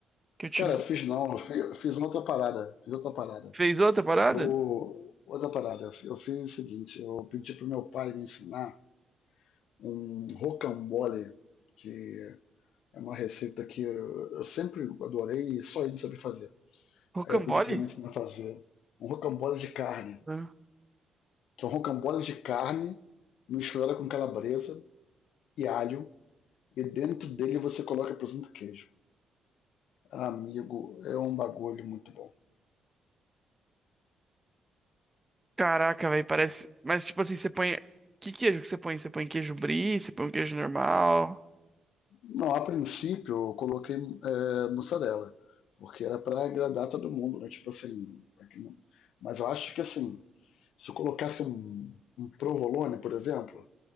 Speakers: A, on the right (about 15°); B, on the left (about 75°).
A: Que eu te
B: Cara, fiz não, fiz, fiz outra parada, fiz outra parada.
A: fez outra parada?
B: Eu, outra parada, eu fi- eu fiz o seguinte, eu pedi pro meu pai me ensinar um rocambole, que é uma receita que eu, eu sempre adorei e só ele sabe fazer.
A: Rocambole?
B: Aí eu pedi pra ele me ensinar a fazer um rocambole de carne,
A: Né?
B: que é um rocambole de carne misturada com calabresa e alho, e dentro dele você coloca presunto e queijo. Amigo, é um bagulho muito bom.
A: Caraca, velho, parece, mas tipo assim, você põe que queijo que você põe? Você põe queijo brie, você põe um queijo normal?
B: Não, a princípio eu coloquei é, mussarela, porque era para agradar todo mundo, né? Tipo assim, pra que não- mas eu acho que assim, se eu colocasse um, um provolone, por exemplo,